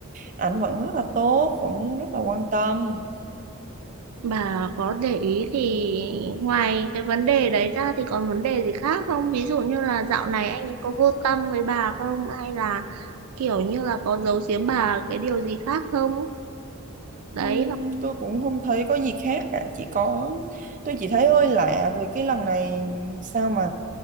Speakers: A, on the right; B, on the right.
A: ảnh vẫn rất là tốt vẫn rất là quan tâm
B: bà có để ý thì ngoài cái vấn đề đấy ra thì còn vấn đề gì khác không ví dụ như là dạo này anh ấy có vô tâm với bà không hay là kiểu như là có giấu giếm bà cái điều gì khác không đấy
A: Ừm, tôi cũng không thấy có gì khác cả chỉ có tôi chỉ thấy hơi lạ vì cái lần này sao mà